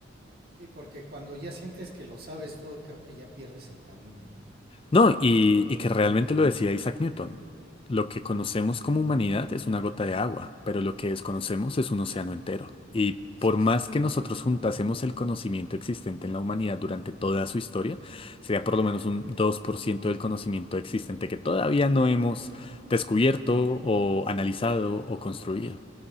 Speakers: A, on the right; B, on the left.
A: Sí, porque cuando ya sientes que lo sabes todo, creo que ya pierdes el camino, ¿no?
B: No, y, y que realmente lo decía Isaac Newton. Lo que
A: Ujú,
B: conocemos como humanidad es una gota de agua, pero lo que desconocemos es un océano entero. Y
A: Así
B: por
A: es.
B: más que nosotros juntásemos el conocimiento existente en la humanidad durante toda su historia, sería por lo menos un 2% del conocimiento existente que todavía no hemos descubierto o analizado o construido.